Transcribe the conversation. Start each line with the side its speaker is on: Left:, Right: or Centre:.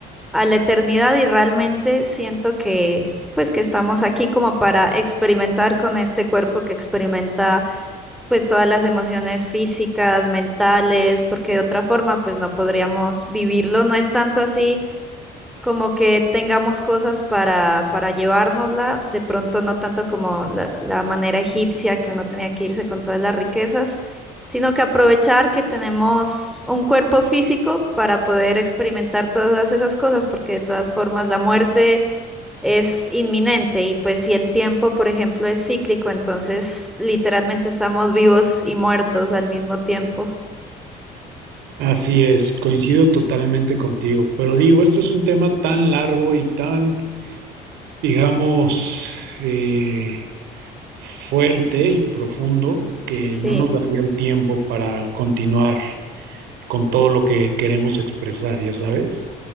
Centre: a la eternidad y realmente siento que pues que estamos aquí como para experimentar con este cuerpo que experimenta pues todas las emociones físicas, mentales, porque de otra forma pues no podríamos vivirlo, no es tanto así como que tengamos cosas para, para llevárnosla, de pronto no tanto como la, la manera egipcia que uno tenía que irse con todas las riquezas, sino que aprovechar que tenemos un cuerpo físico para poder experimentar todas esas cosas, porque de todas formas la muerte es inminente y pues si el tiempo, por ejemplo, es cíclico, entonces literalmente estamos vivos y muertos al mismo tiempo.
Right: Así es, coincido totalmente contigo, pero digo, esto es un tema tan largo y tan, digamos, eh, fuerte y profundo que
Centre: Sí.
Right: no nos daría el tiempo para continuar con todo lo que queremos expresar, ¿ya sabes?